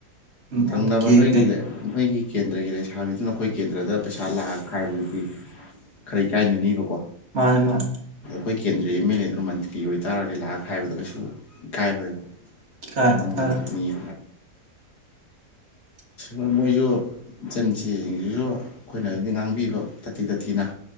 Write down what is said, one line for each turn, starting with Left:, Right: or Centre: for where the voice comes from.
Right: ꯚꯣꯠꯀꯤ
Left: ꯊꯪꯅꯕ ꯅꯣꯏꯒꯤ
Right: ꯀꯩ
Left: ꯂꯦ ꯅꯣꯏꯒꯤ ꯀꯦꯟꯗ꯭ꯔꯒꯤ ꯂꯩꯁꯥꯕꯤꯗꯨꯅ ꯑꯈꯣꯏ ꯀꯦꯟꯗ꯭ꯔꯗ ꯄꯩꯁꯥ ꯂꯥꯛꯑ ꯈꯥꯏꯕꯗꯨꯗꯤ ꯈꯔ ꯏꯀꯥꯏꯅꯅꯤꯕꯀꯣ
Right: ꯃꯥꯅꯦ ꯃꯥ
Left: ꯈꯣꯏ ꯀꯦꯟꯗ꯭ꯔꯩ ꯑꯦꯝ ꯑꯦꯜ ꯂꯦꯗꯨꯅ ꯃꯟꯇ꯭ꯔꯤ ꯑꯣꯏꯇꯥꯔꯗꯤ ꯂꯥꯛꯑ ꯈꯥꯏꯕꯗ ꯀꯩꯁꯨ ꯏꯀꯥꯏꯔꯣꯏ
Right: ꯀꯥꯔ
Left: ꯅꯪꯃꯟ
Right: ꯀꯥꯔ
Left: <unintelligible> ꯃꯤ <unintelligible> ꯃꯣꯏꯖꯨ ꯏꯆꯟ ꯏꯆꯦꯁꯤꯡꯁꯤꯁꯨ ꯑꯈꯣꯏꯅꯗꯤ ꯉꯥꯡꯕꯤꯕ ꯇꯊꯤ ꯇꯊꯤꯅ